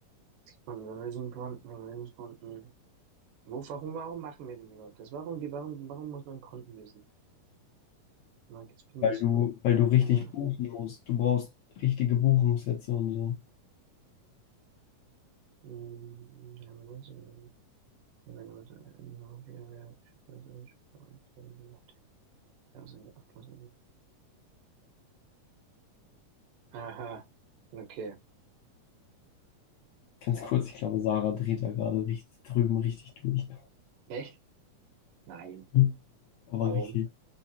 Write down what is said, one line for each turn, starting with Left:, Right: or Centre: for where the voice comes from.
Right: Und Vermögenskonten, Vermögenskonten. Wo, warum, warum machen wir denn überhaupt das? Warum, warum, warum muss man Konten wissen? Man geht zwischen
Left: Weil
Right: das,
Left: du, weil du richtig
Right: ja, ja,
Left: buchen musst. Du brauchst richtige Buchungssätze und so.
Right: mm, ja, man muss, äh, ja, wenn man so, äh, noch, ja, ja, ich weiß nicht, ich weiß nicht, ja, so eine Abschluss- Aha, okay.
Left: Ganz kurz, ich glaube, Sarah dreht da gerade richtig drüben richtig durch.
Right: Echt? Nein.
Left: <laughs> Aber
Right: Warum?
Left: richtig,